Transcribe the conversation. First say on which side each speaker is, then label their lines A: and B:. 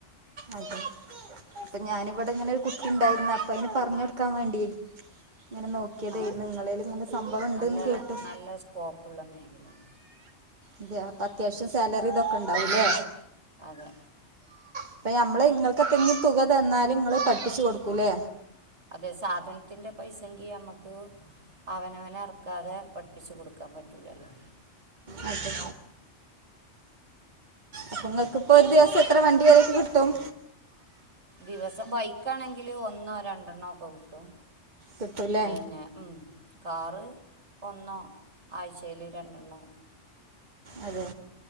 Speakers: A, on the right; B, on the right.
A: അത അപ്പൊ ഞാനിവിടെങ്ങനൊരു കുട്ടി ഉണ്ടായിരുന്ന. അപ്പൊ അയിന് പറഞ്ഞൊടുക്കാൻ വേണ്ടിയേ. ഇങ്ങനെ നോക്കിയ തേരുന്നു.
B: ആ
A: ങ്ങളേല്ങ്ങനെ സംഭവം ഉണ്ട്ന്ന്
B: നല്ല
A: കേട്ടു.
B: നല്ല സ്കോപ്പുള്ള മേഖലയാണ്
A: അതെ അപ്പ അത്യാവശ്യം സാലറി ഇതൊക്കെ ഇണ്ടാവൂല്ലേ.
B: അതെ
A: അപ്പൊ മ്മള് ഇങ്ങൾക്ക് എത്തങ്കിലും തുക തന്നാല് ഇങ്ങള് പഠിപ്പിച്ചു കൊടുക്കൂല്ലേ.
B: അതെ സാധൻത്തിന്റെ പൈസങ്കി യമ്മക്ക്. അവനവനെ എറക്കാതെ പഠിപ്പിച്ചു കൊടുക്കാൻ പറ്റൂലല്ലോ.
A: അതെ. അപ്ങ്ങൾക്ക്പ്പോഒരു ദിവസം എത്ര വണ്ടി വരൊക്കെ കിട്ടും.
B: ദിവസം ബൈക്കാണെങ്കില് ഒന്നോ രണ്ടെണ്ണോ ഒക്കെ കിട്ടും.
A: കിട്ടൂല്ലേ
B: പിന്നെ ഉം. കാറ് ഒന്നോ. ആഴ്ചയിൽ രണ്ടെണ്ണോ.
A: അതെ